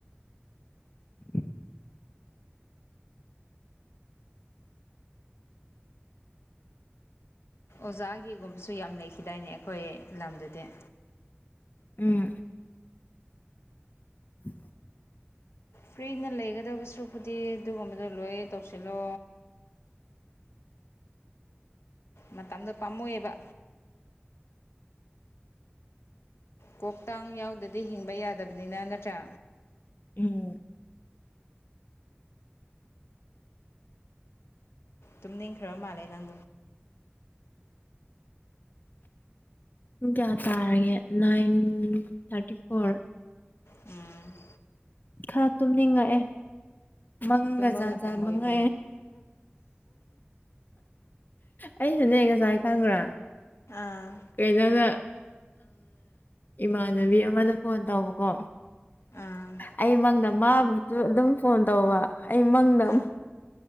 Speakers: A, on the left; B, on the left.
A: <unintelligible>
B: ꯑꯣꯖꯥꯒꯤꯒꯨꯝꯕꯁꯨ ꯌꯥꯝ ꯂꯩꯈꯤꯗꯥꯏꯅꯦ ꯑꯩꯈꯣꯏ ꯂꯝꯗꯗꯤ꯫
A: ꯎꯝ꯫ ꯎ꯫
B: ꯐ꯭ꯔꯤꯅ ꯂꯩꯒꯗꯕ ꯁꯔꯨꯄꯨꯗꯤ ꯑꯗꯨꯒꯨꯝꯕꯗꯣ ꯂꯣꯏ ꯇꯧꯁꯤꯜꯂꯣ꯫ ꯃꯇꯝꯗꯣ ꯄꯥꯝꯃꯣꯏꯑꯕ꯫ ꯀꯣꯛꯇꯥꯡ ꯌꯥꯎꯗꯗꯤ ꯍꯤꯡꯕ ꯌꯥꯗꯕꯅꯤꯅ ꯅꯠꯇ꯭ꯔꯥ꯫
A: ꯎꯝ꯫
B: ꯇꯨꯃꯤꯗꯤ ꯈ꯭ꯔꯔ ꯃꯥꯂꯦ ꯅꯪ
A: ꯄꯨꯡ ꯀꯌꯥ ꯇꯥꯔꯒꯦ ꯅꯥꯏꯟ ꯊꯥꯔꯇꯤ ꯐꯣꯔ
B: ꯎꯝ
A: ꯈꯔ ꯇꯨꯝꯅꯤꯡꯉꯛꯑꯦ ꯃꯪꯖꯥꯖꯔ
B: ꯇꯨꯝꯕ ꯃꯇꯝ ꯑꯣꯏꯕꯩꯅꯦ
A: ꯃꯉ ꯑꯩꯁꯨꯅꯦ ꯉꯁꯥꯏ ꯈꯪꯈ꯭ꯔꯥ
B: ꯑꯥ
A: ꯀꯩꯅꯣꯗ ꯏꯃꯥꯟꯅꯕꯤ ꯑꯃꯗ ꯐꯣꯟ ꯇꯧꯕꯀꯣ
B: ꯑꯥ
A: ꯑꯩ ꯃꯪꯗ ꯃꯥꯕꯨ ꯑꯗꯨꯝ ꯐꯣꯟ ꯇꯧꯕ ꯑꯩ ꯃꯪꯗ
B: ꯑꯥ